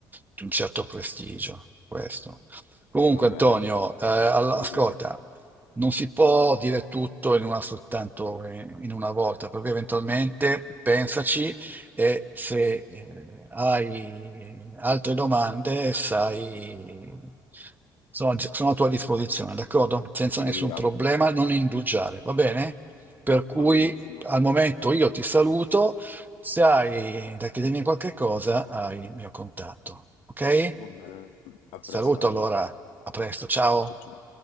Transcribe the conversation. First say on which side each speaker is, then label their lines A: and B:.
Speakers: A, on the right; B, on the left.
A: di un certo prestigio. Questo. Comunque,
B: Va bene,
A: Antonio, eh, all-
B: ti
A: ascolta,
B: ringrazio,
A: non si può dire tutto in una soltanto in in una volta, perché eventualmente pensaci e se eh, hai altre domande, sai, sono, sono a tua disposizione, d'accordo? Senza
B: ti
A: nessun
B: ringrazio.
A: problema, non indugiare, va bene? Per cui
B: Va benissimo.
A: al momento io ti saluto, se hai da chiedermi qualche cosa, hai il mio contatto, ok?
B: Va bene, a presto
A: Saluto
B: Angelo.
A: allora, a presto, ciao.
B: Ciao ciao.